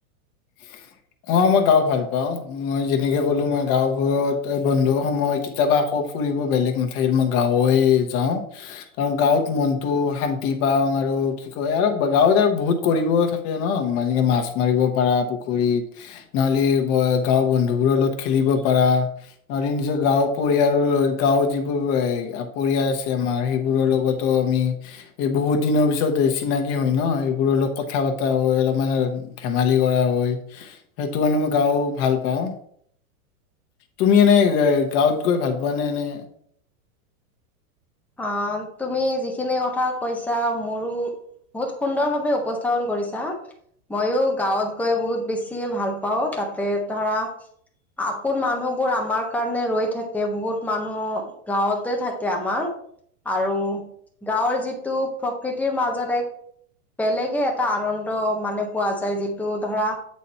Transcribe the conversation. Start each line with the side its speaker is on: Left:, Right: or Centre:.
Left: <unintelligible> অ মই গাও ভাল পাও মই যেনেকে ক'লো মই গাওবোৰত বন্ধু সময়, কেতিয়াবা আকৌ ফুৰিব বেলেগ নাথাকিলে মই গাঁৱে য়াও, কাৰণ গাঁৱত মনতটো শান্তি পাওঁ আৰু কি কয় আৰু গাঁৱত আৰু বহুত কৰিব থা, ন মানকে মাছ মাৰিব পাৰা পুখুৰীত। নহ'লে গাওৰ বন্ধুবোৰৰ লগত খেলিব পাৰা। ন নিজৰ গাঁওৰ পৰিয়ালৰ গাঁওৰ যিবোৰ পৰিয়াল আছে আমাৰ সেইবোৰ লগত। ত আমি, এই বহুত দিনৰ পিছত এই চিনাকি হয় ন এইবোৰৰ অলপ কথা বতা হয় অলপমান। ধেমালি কৰা হয় সেইটো কাৰণে মই গাও ভাল পাওঁ। তুমি এনে গাঁৱত গৈ ভাল পোৱা নে এনে,
Centre: অ তুমি যিখিনি কথা কৈছা মোৰো, বহুত সুন্দৰ ভাৱে উপস্থাপন কৰিছা। মইয়ো গাঁৱত গৈ বহুত বেছিয় ভাল পাওঁ তাতে ধৰা, আপোন মানুহবোৰ আমাৰ কাৰণে ৰৈ থাকে বহুত মানুহ। গাঁৱতে থাকে আমাৰ। আৰু গাঁৱৰ যিটো প্ৰকৃতিৰ মাজত এক, বেলেগে এটা আনন্দ মানে পোৱা যায় যিটো ধৰা,